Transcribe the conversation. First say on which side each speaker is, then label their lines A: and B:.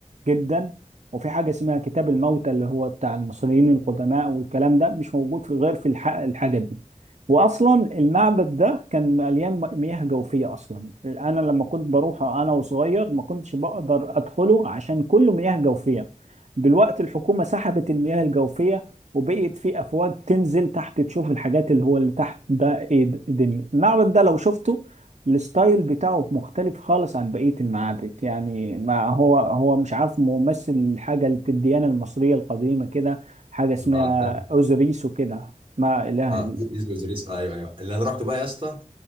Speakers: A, on the right; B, on the right.
A: جدا وفي حاجة اسمها كتاب الموتى اللي هو بتاع المصريين القدماء والكلام ده مش موجود في غير في الح- الحاجة دي وأصلا المعبد ده كان مليان م- مياه جوفية أصلا أنا لما كنت بروح أنا وصغير ما كنتش بقدر أدخله عشان كله مياه جوفية دلوقتي الحكومة سحبت المياه الجوفية وبقيت في أفواج تنزل تحت تشوف الحاجات اللي هو اللي تحت ده إيه د- الدنيا المعبد ده لو شفته الستايل بتاعه مختلف خالص عن بقية المعابد يعني ما هو هو مش عارف ممثل حاجة في الديانة المصرية القديمة كده حاجة اسمها
B: اه
A: أوزوريس وكده ما إله
B: اه
A: إلا
B: ديزني وزريس آه ايوه ايوه اللي انا رحت بقى يا اسطى